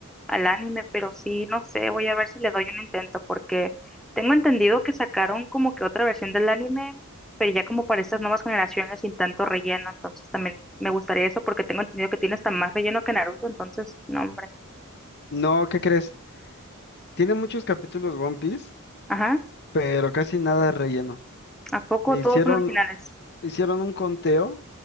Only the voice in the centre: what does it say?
al anime, pero sí, no sé, voy a ver si le doy un intento, porque tengo entendido que sacaron como que otra versión del anime, pero ya como para estas nuevas generaciones sin tanto relleno, entonces también me gustaría eso, porque tengo entendido que tiene hasta más relleno que Naruto, entonces, no, hombre.
Ajá,
¿a poco
todos
son originales?